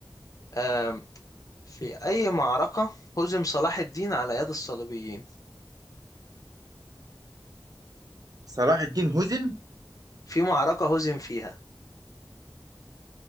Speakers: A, on the left; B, on the right.
A: آم، في أي معركة هزم صلاح الدين على يد الصليبيين
B: صلاح الدين هزم
A: في معركة هزم فيها